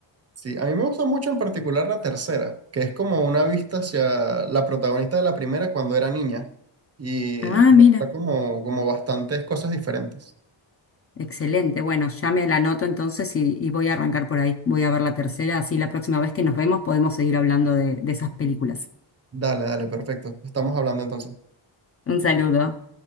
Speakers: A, on the right (about 30°); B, on the left (about 30°).
A: Sí, a mí me gusta mucho en particular la tercera, que es como una vista hacia la protagonista de la primera cuando era niña y
B: Ah,
A: muestra
B: mira.
A: como, como bastantes cosas diferentes.
B: Excelente, bueno, ya me la anoto entonces y, y voy a arrancar por ahí. Voy a ver la tercera, así la próxima vez que nos vemos podemos seguir hablando de, de esas películas.
A: Dale, dale, perfecto. Estamos hablando entonces.
B: Un saludo.